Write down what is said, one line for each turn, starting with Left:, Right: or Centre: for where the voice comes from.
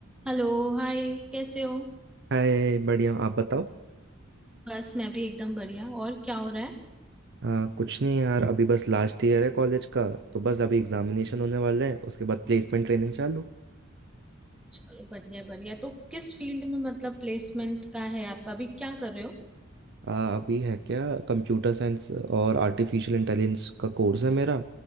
Centre: Hello Hi कैसे हो
Right: हाय बढ़िया आप बताओ
Centre: बस मैं भी एकदम बढ़िया और क्या हो रहा है
Right: आ, कुछ नहीं यार अभी बस लास्ट ईयर है कॉलेज का तो बस अभी एग्जामिनेशन होने वाले हैं उसके बाद प्लेसमेंट ट्रेनिंग चालू
Centre: चलो बढ़िया बढ़िया तो किस फील्ड में मतलब प्लेसमेंट का है आपका अभी क्या कर रहे हो
Right: आ, अभी है क्या कंप्यूटर साइंस और आर्टिफिशियल इंटेलिजेंस का कोर्स है मेरा